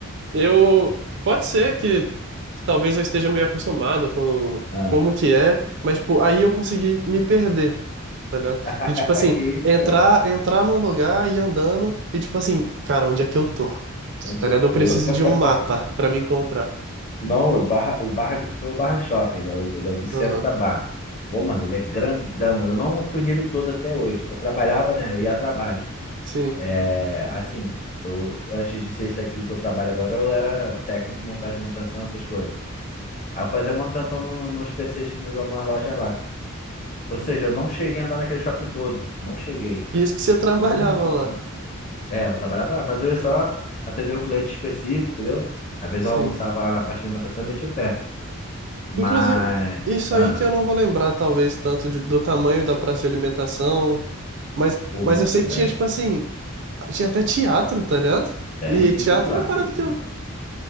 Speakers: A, on the right; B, on the left.
A: eu. Pode ser que talvez eu esteja meio acostumado com
B: Ah.
A: como que é, mas, tipo, aí eu consegui me perder tá ligado?
B: <laughs>
A: De tipo assim,
B: Que isso,
A: entrar,
B: cara?
A: entrar num lugar, e ir andando e tipo assim, cara, onde é que eu tô?
B: Onde
A: Tá
B: eu
A: ligado?
B: tô?
A: Eu preciso
B: <laughs>
A: de um mapa pra me encontrar.
B: Não, o Barra, o Barra que tu foi é o Barra Shopping, ele é o, ele é o do centro
A: Aham,
B: da Barra. Pô, mano, ele é grandão. Eu não fui nele todo até hoje. Eu trabalhava, né? Eu ia a trabalho.
A: sim.
B: É, assim, eu antes de ser isso aqui que eu trabalho agora, eu era técnico de montagem, manutenção, essas coisas. Aí eu fazia manutenção no, nos PCs de algumas lojas lá. Ou seja, eu não cheguei a andar naquele shopping todo. Não cheguei.
A: E Isso que você <laughs> trabalhava
B: Muito
A: lá,
B: grande. É, eu trabalhava lá, mas eu ia só atender o cliente específico, entendeu? Às vezes
A: sim.
B: eu almoçava lá na parte de alimentação e metia o pé. Mas.
A: Inclusive, isso
B: ah,
A: aí que eu não vou lembrar, talvez, tanto de- do tamanho da praça de alimentação, mas,
B: Pô,
A: mas
B: muito
A: eu sei
B: grande.
A: que tinha, tipo assim, tinha até teatro, tá ligado?
B: Tem,
A: E
B: tem
A: teatro
B: tudo lá,
A: é uma parada
B: tem tudo.
A: que eu,